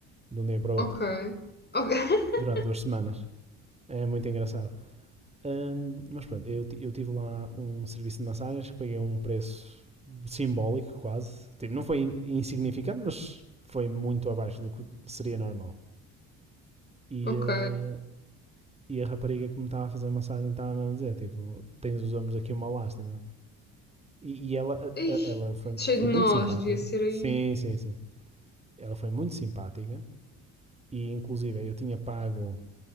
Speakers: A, on the right (about 15°); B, on the left (about 30°).
A: de um dia para o
B: Ok.
A: outro,
B: Ok. <laughs>
A: durante duas semanas. É muito engraçado. Ahm, mas pronto, eu, eu tive lá um serviço de massagens que paguei um preço simbólico quase. Tipo, não foi insignificante, mas foi muito abaixo do que seria normal. E,
B: Ok.
A: ah, e a rapariga que me estava a fazer a massagem estava a dizer, tipo, tens os ombros aqui uma lástima. E, e ela,
B: Ih,
A: ela foi,
B: cheio
A: foi
B: de nós,
A: muito simpática.
B: devia ser aí.
A: Sim, sim, sim. Ela foi muito simpática. E inclusive eu tinha pago,